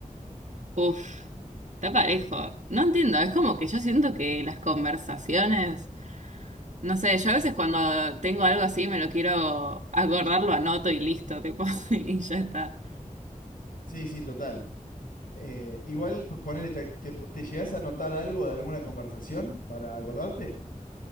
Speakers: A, on the right (about 60°); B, on the left (about 80°).
A: Uf, está parejo. No entiendo, es como que yo siento que las conversaciones, no sé, yo a veces cuando tengo algo así me lo quiero acordar, lo anoto y listo, tipo, <laughs> y ya está.
B: Sí, sí, total. Eh, igual, p- ponele, te, te, te llegás a notar algo de alguna conversación para acordarte?